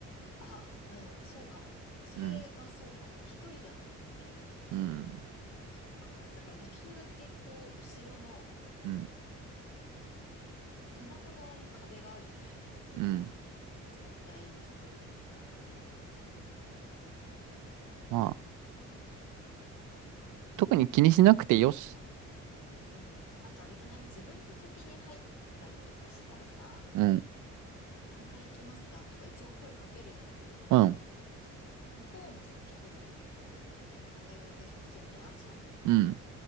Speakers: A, on the left; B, on the right.
A: あ、うん、そうかも。それはそうかも。
B: うん。
A: 一人だったら余計、
B: うん。
A: そうかも。だからできるだけこう、後ろの、
B: うん
A: あの、背中側に壁があるみたいな
B: うん。
A: 状態にするかな。
B: まあ、特に気にしなくてよし。
A: うん。あとあれじゃない自分が先に入ったりとかしたらさ、
B: うん。
A: 何回行きますかとか一応声かけるじゃない
B: うん。
A: 向こうもさ、逆に、あの、ほら、何回でお願いしますみたいなのあるじゃん。
B: うん。